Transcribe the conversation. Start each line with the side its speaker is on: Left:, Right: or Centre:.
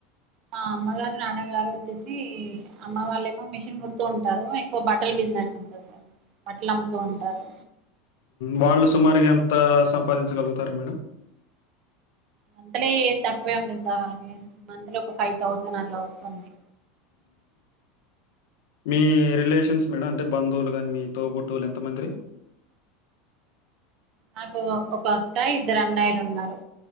Right: మా అమ్మగారు నాన్నగారు వచ్చేసి అమ్మ వాళ్ళేమో మిషన్ కుడుతూ ఉంటారు ఎక్కువ బట్టలు బిజినెస్ ఉంటారు సార్ బట్టలు అమ్ముతూ ఉంటారు
Left: వాళ సుమారుగా ఎంత సంపాదించగలుగుతారు మేడం
Right: మంత్లీ తక్కువే ఉండది సార్ వాళ్ళకి మంత్లీ ఒక ఫైవ్ థౌజండ్ అలా వస్తుంది
Left: మీ రిలేషన్స్ మేడం అంటే బంధువులు కానీ మీ తోబుట్టులు ఎంతమంది ర
Right: నాకు ఒక అక్క ఇద్దరు అన్నయిలు ఉన్నారు